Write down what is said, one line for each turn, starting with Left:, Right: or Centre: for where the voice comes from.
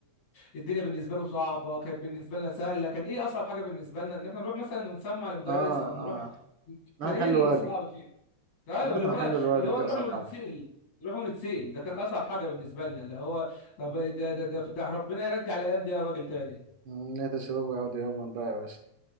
Left: الدنيا بالنسبه له صعبه كانت بالنسبه لنا سهله كان ايه اصعب حاجه بالنسبه لنا ان احنا نروح مثلا ونسمع لمدرس
Right: اه
Left: او نروح
Right: اه إن
Left: كان
Right: احنا
Left: ايه
Right: نحل واجب
Left: الصعب فيه ايوه
Right: إن
Left: اللي
Right: احنا
Left: هو
Right: نحل الواجب
Left: اللي هو
Right: دي
Left: نروح
Right: أصعب
Left: ونتسأل
Right: حاجة
Left: نروح ونتسأل ده كان اصعب حاجه بالنسبه لنا اللي هو طب ده ده ده, ده ربنا يرجع الايام دي يا راجل تاني
Right: نية الشباب ويعودوا يوما بقى يا باشا